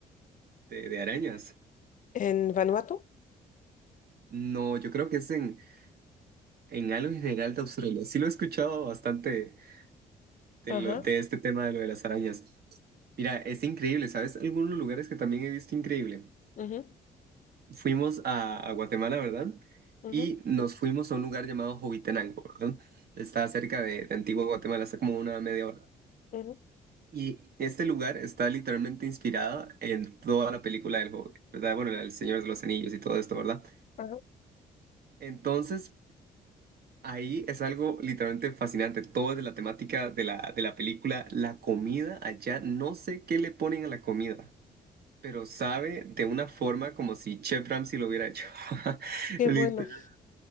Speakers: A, on the right; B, on the left.
A: de, de arañas.
B: En Vanuatu.
A: No, yo creo que es en, en algo en general de Australia. Sí lo he escuchado bastante de,
B: Ajá.
A: lo, de este tema de lo de las arañas. Mira, es increíble, ¿sabes? Algunos lugares que también he visto increíble.
B: ujú,
A: Fuimos a, a Guatemala, ¿verdad?
B: ujú,
A: Y nos fuimos a un lugar llamado Jovitenango, ¿verdad? Está cerca de, de Antigua Guatemala, está como una media hora.
B: ujú,
A: Y este lugar está literalmente inspirado en toda la película del Hobbit, ¿verdad? Bueno, el Señor de los Anillos y todo esto, ¿verdad?
B: ajá.
A: Entonces, ahí es algo literalmente fascinante. Todo es de la temática de la, de la película. La comida allá, no sé qué le ponen a la comida, pero sabe de una forma como si Chef Ramsay lo hubiera hecho. <laughs>
B: Qué
A: Literal.
B: bueno.